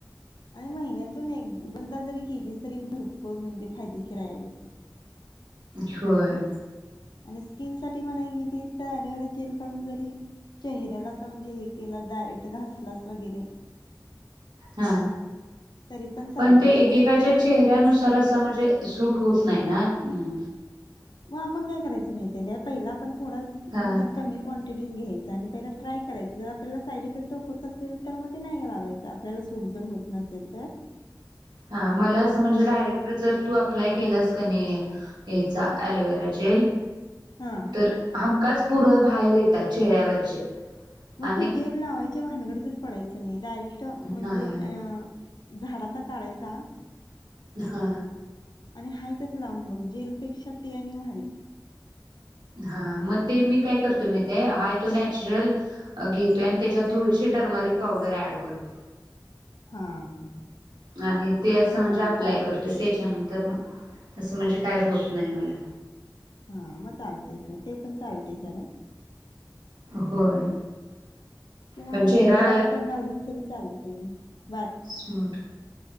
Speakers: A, on the left (about 70°); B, on the right (about 75°).
A: आय महिन्यातून एक बंद जरी केलीस तरी भर बग म्हणजे फायदेशीर हाय आणि
B: होय
A: आणि स्किन साठी म्हणा गेली तर एलोवेरा जेल काडून जरी चेहऱ्याला अस म्हणजे हे केलं डायरेक्ट घासलास वगैरे
B: हा
A: तरी चालते
B: पण ते
A: त्याने
B: एकेकाच्या
A: पण छान
B: चेहऱ्यानुसार
A: होते.
B: असं म्हणजे सूट होत नाही ना हम
A: मग आपण काय करायचं माहितीय काय पहिला आपण थोडा म्हणजे
B: हा
A: कमी क्वांटिटी मुठीत घ्यायचं आणि पहिला ट्राय करायचं जर आपल्याला साईड इफेक्ट होत असेल तर मग नाही लावायचं आपल्याला जर सुटत नसेल तर
B: हा मला असं म्हणजे डायरेक्ट जर तु अप्लाय केलास का नाही याचा एलोवेरा जेल
A: हा
B: तर हमखास पुरत बाहेर येतात चेहऱ्यावरचे
A: मग
B: आणि
A: तु जेल लावायच्या भानगडीतच पडायचं <inaudible> डायरेक्ट म्हणजे
B: नाही
A: अ झाडाचा काढायचा
B: हा
A: आणि हाय तेच लावून बघ जेलपेक्षा ते आणि भारी
B: हा म ते मी काय करतो माहितीय हाय तो नॅचरल घेतोय आणि त्याच्यात थोडीशी टर्मरिक पावडर ऍड करतो
A: हा हा
B: आणि ते असं
A: तसं
B: म्हणजे अप्लाय
A: पण चालते.
B: करतोय त्याच्यानंतर तर मग म्हणजे काय होत नाही मला
A: हा मग चालतंय <inaudible> ते पण चालते खरं
B: होय
A: किंवा
B: पण चेहरा
A: मसूर डाळ पण लावली तरी चालती ते
B: स्मोट